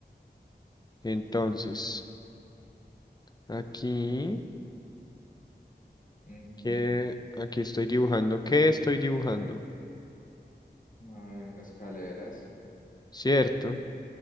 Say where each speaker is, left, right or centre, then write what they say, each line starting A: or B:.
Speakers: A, on the left; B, on the left.
A: Entonces, aquí,
B: Ujú.
A: que aquí estoy dibujando. ¿Qué estoy dibujando?
B: A ver, escaleras.
A: ¿Cierto?